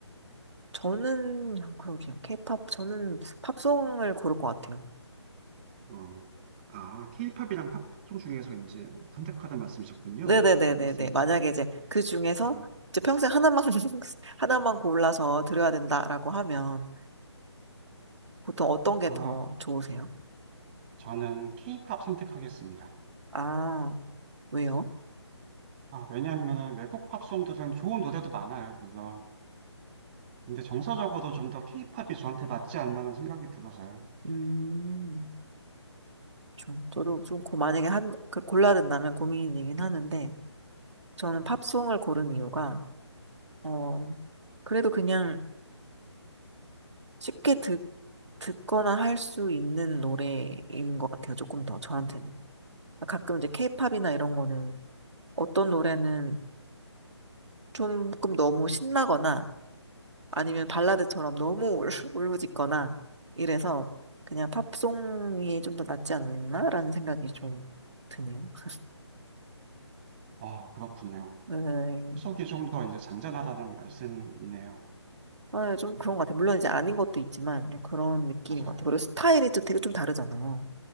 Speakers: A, on the right; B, on the right.
A: 저는 그러게요. 케이팝 저는 팝송을 고를 것 같아요.
B: 어, 아, 케이팝이랑 팝송 중에서 이제 선택하다 말씀이셨군요.
A: 네네네네네.
B: 아, 알겠습니다.
A: 만약에 이제 그 중에서
B: 제가
A: 이제 평생 하나만, <laughs> 하나만 골라서 드려야 된다라고 하면 보통 어떤 게
B: 아,
A: 더 좋으세요?
B: 저는 케이팝 선택하겠습니다.
A: 아, 왜요?
B: 아, 왜냐하면 외국 팝송들은 좋은 노래도 많아요, 물론. 근데 정서적으로 좀 더 케이팝이 저한테 맞지 않나는 생각이 들어서요.
A: 음, 좀, 저도 좀 고, 만약에 한, 그 골라야 된다면 고민이긴 하는데 저는 팝송을 고른 이유가, 어, 그래도 그냥 쉽게 듣, 듣거나 할 수 있는 노래인 것 같아요. 조금 더 저한테는. 가끔 이제 케이팝이나 이런 거는 어떤 노래는 조금 너무 신나거나 아니면 발라드처럼 너무 울, <laughs> 울부짖거나 이래서 그냥 팝송이 좀 더 낫지 않나라는 생각이 좀 드네요. <laughs>
B: 아, 그렇군요.
A: 네.
B: 팝송이 좀 더 이제 잔잔하다는 말씀이네요.
A: 아, 좀 그런 것 같아요. 물론 이제 아닌 것도 있지만 좀 그런 느낌인
B: 맞아요.
A: 것 같아요. 그리고 스타일이 또 되게 좀 다르잖아요.